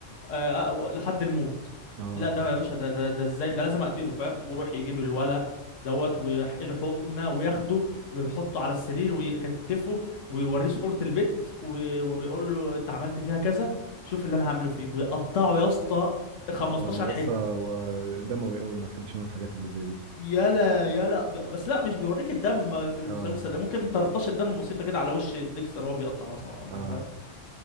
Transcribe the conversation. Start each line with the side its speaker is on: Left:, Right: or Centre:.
Left: آه، آه، لحد الموت
Right: اه
Left: لا ده يا باشا ده ده ده ازاي ده لازم اقتله فاهم ويروح يجيب الولا دوت ويحقنه وياخده ويحطه على السرير ويكتفه ويوريه صورة البت وي- ويقول له انت عملت فيها كذا شوف اللي انا هعمله فيك ويقطعه يا اسطى 15
Right: اه يا
Left: حتة
Right: اسطى هو دموي قوي ما بحبش انا الحاجات اللي زي دي
Left: يلا يلا ب- بس لا مش بيوريك الدم في المسلسل
Right: اه
Left: ده، ممكن ترطشة دم بسيطة كده على وش ديكستر وهو بيقطع مثلا ولا
Right: اه
Left: حاجة فاهم